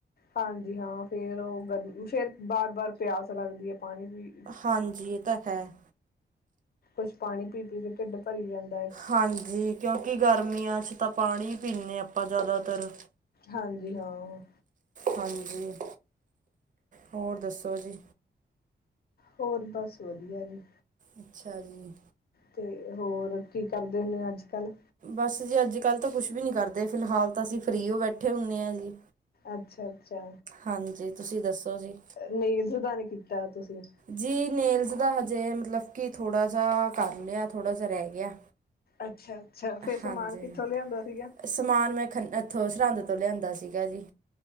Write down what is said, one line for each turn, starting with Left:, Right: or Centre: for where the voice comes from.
Left: ਹਾਂਜੀ ਹਾਂ ਫੇਰ ਉਹ ਗ ਫੇਰ ਬਾਰ ਬਾਰ ਪਿਆਸ ਲੱਗਦੀ ਹੈ ਪਾਣੀ ਦੀ
Right: ਹਾਂਜੀ ਇਹ ਤੇ ਹੈ
Left: ਵਿੱਚ ਪਾਣੀ ਪੀ ਪੀ ਕੇ ਢਿੱਡ ਭਰੀ ਜਾਂਦੀ
Right: ਹਾਂਜੀ ਕਿਉਂਕਿ ਗਰਮੀਆਂ ਚ ਤਾਂ ਪਾਣੀ ਪੀਂਦੇ ਆਪਾਂ ਜ਼ਿਆਦਾਤਰ
Left: ਹਾਂਜੀ ਹਾਂ
Right: ਹਾਂਜੀ ਹੋਰ ਦੱਸੋ ਬਸ ਜੀ
Left: ਹੋਰ ਬਸ ਵਧੀਆ ਜੀ।
Right: ਅੱਛਾ ਜੀ।
Left: ਤੇ ਹੋਰ ਕੀ ਕਰਦੇ ਨੇ ਅੱਜ ਕੱਲ।
Right: ਬਸ ਜੀ ਅੱਜ ਕੱਲ ਤਾਂ ਕੁਛ ਵੀ ਨੀ ਕਰਦੇ ਫਿਲਹਾਲ ਤਾਂ ਅਸੀਂ ਫਰੀ ਹੋ ਬੈਠੇ ਹੁੰਦੇ ਹੁੰਨੇ ਆ ਜੀ।
Left: ਅੱਛਾ ਅੱਛਾ।
Right: ਹਾਂਜੀ ਤੁਸੀਂ ਦੱਸੋ। ਜੀ
Left: ਨੀਲਸ ਦਾ ਨੀ ਕੀਤਾ ਤੁਸੀਂ।
Right: ਜੀ ਨੇਲਸ ਦਾ ਹਜੇ ਮਤਲਬ ਕਿ ਥੋੜਾ ਜਹਾ ਕਰ ਲਿਆ ਥੋੜਾ ਜਹਾ ਰਹਿ ਗਿਆ।
Left: ਅੱਛਾ। ਅੱਛਾ ਫੇਰ ਸਮਾਨ
Right: ਹਾਂਜੀ
Left: ਕਿੱਥੋਂ ਲਿਆਂਦਾ ਸੀਗਾ
Right: ਸਮਾਨ ਮੈਂ ਖੰਨਾ ਇਥੋਂ ਸਰਹਿੰਦ ਤੂੰ ਲਿਆਂਦਾ ਸੀਗਾ ਜੀ।